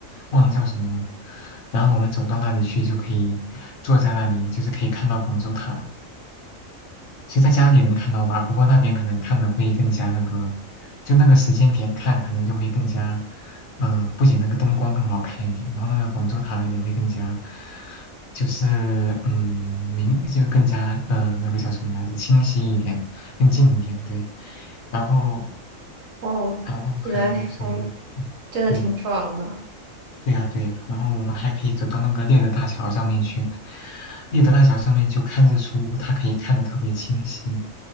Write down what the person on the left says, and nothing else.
忘了叫什么了。然后我们走到那里去，就可以坐在那里，就是可以看到广州塔。其实在家里能看到吧，不过那边可能看的会更加那个，就那个时间点看，可能就会更加，呃，不仅那个灯光更好看一点，然后那个广州塔也会更加，就是嗯明，就更加呃那个叫什么来着，清晰一点，更近一点，对。然后
然后还有什么？
嗯，
对。对呀，对呀，然后我们还可以走到那个猎德大桥上面去。猎德大桥上面就看日出，它可以看得特别清晰。